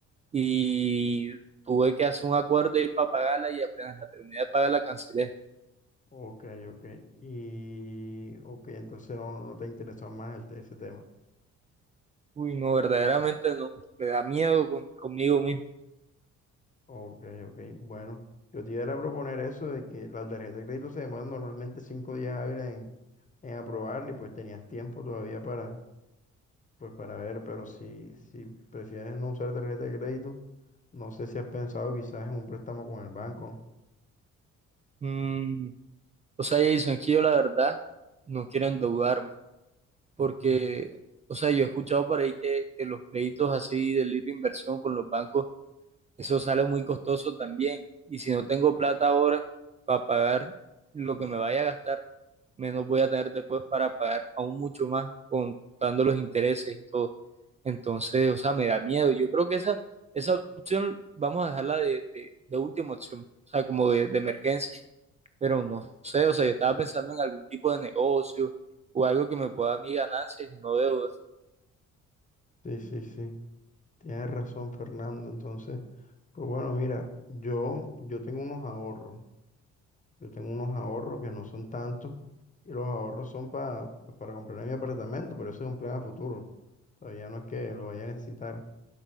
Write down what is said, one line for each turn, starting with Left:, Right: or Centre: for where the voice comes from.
Right: y tuve que hacer un acuerdo ahí para pagarla y apenas la terminé de pagar la cancelé.
Left: ok, ok. Y, ok, entonces no, no te interesa más el te- ese tema.
Right: Uy, no, verdaderamente no, me da miedo con- conmigo mismo.
Left: Ok, ok. Bueno, yo te iba a proponer eso de que la tarjeta de crédito se demora normalmente 5 días hábiles en, en aprobarla y pues tenías tiempo todavía para Pues para ver, pero si, si prefieres no usar tarjeta de crédito, no sé si has pensado quizás en un préstamo con el banco.
Right: Mm, o sea, Jason, es que yo la verdad no quiero endeudarme porque,
Left: <laughs>
Right: o sea, yo he escuchado por ahí que, que los créditos así de libre inversión con los bancos, eso sale muy costoso también. Y si no tengo plata ahora para pagar lo que me vaya a gastar, menos voy a tener después para pagar aún mucho más contando los intereses y todo. Entonces, o sea, me da miedo. Yo creo que esa, esa opción vamos a dejarla de, de- de última opción, o sea, como de, de emergencia. Pero no sé, o sea, yo estaba pensando en algún tipo de negocio o algo que me pueda dar mis ganancias y no deudas.
Left: Sí, sí, sí. Tienes razón, Fernando. Entonces, pues bueno, mira, yo, yo tengo unos ahorros. Yo tengo unos ahorros que no son tantos. Y los ahorros son pa- pues para comprar mi apartamento, pero eso es un plan a futuro. Todavía no es que lo vaya a necesitar.